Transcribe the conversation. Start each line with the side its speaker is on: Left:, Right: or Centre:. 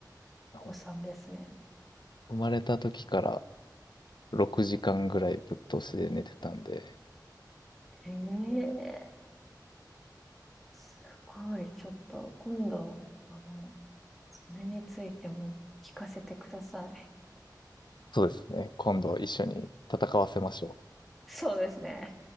Left: ほん
Centre: お子さんですね。
Left: 生まれた時から6時間ぐらいぶっ通しで寝てたんで、
Centre: へえ、すごい。ちょっと、今度、あの、それについても聞かせてください。
Left: そうですね。今度一緒に戦わせましょう。
Centre: そうですね。